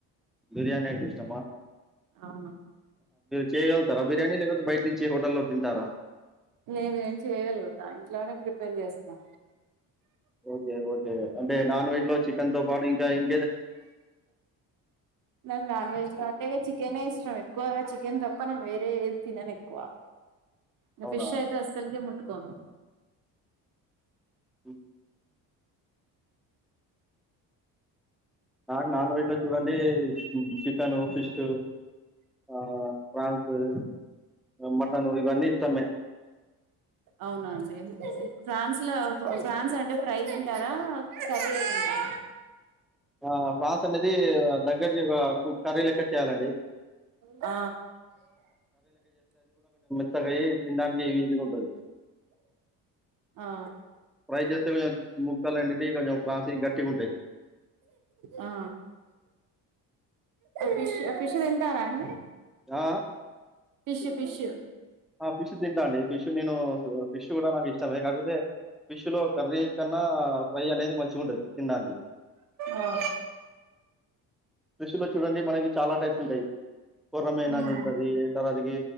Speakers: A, in the centre; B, on the right.
A: బిర్యాణి అంటె ఇష్టమా
B: అవును
A: చేయగలుగుతారా బిర్యానీ. లేకపోతే బయట్నించి హోటల్లో తింటారా
B: లేదు నేన్ చేయగలుగుత ఇంట్లోనే ప్రిపేర్ చేస్తా
A: ఓకే ఓకే అంటే నాన్ వెజ్ లో చికెన్ తో పాటు ఇంకా ఇం
B: నాక్ నాన్ వెజ్లో టే చికెనే ఇష్టం. ఎక్కువగా చికెన్ తప్ప నేను వేరే ఏద్ తిననేక్కువ ఇంగ్
A: అవునా
B: ఫిష్ అయితే అస్సల కె ముట్టుకొను
A: హ్ నాక్ నాన్ వెజ్ లో చూడండి హ్మ్ చికను, ఫిషూ ఆ ప్రాన్స్, ఆ మటను ఇవన్నీ ఇష్టమే
B: అవునా ఆండీ ఫ్రాన్స్ లో ఫ్రాన్స్ అంటే ఫ్రైజ్ ఉంటారా కర్లె ఉంటారా
A: ఆ ఫ్రాస్ అనేది దగ్గర జేయ కర్రీ లెక్క చేయాలండి
B: ఆ
A: మెత్తగై తిండానికి ఈజీ గుంటది
B: ఆ
A: ప్రై చేస్తే కొంచెం ముక్కలనేటివి కొంచెం ఫ్రాన్స్ గట్టిగా ఉంటాయి
B: ఆ ఫిష్ ఫిష్ తింటారా అండి
A: ఆ
B: పిష్ పిష్
A: ఆ ఫిష్ తింటా అండి ఫిష్ నేను ఫిష్ కూడా నాకు ఇష్టమే కాకపోతే ఫిష్ లో కర్రీ కన్నా ఫ్రై అనేది మంచిగ ఉంటది తినడానికి
B: ఆ
A: రుచిలో చూడండి మనకి చాలా టైప్స్ ఉంటాయి కొర్రమినా
B: హ్మ్
A: అని ఉంటది తరవాత గే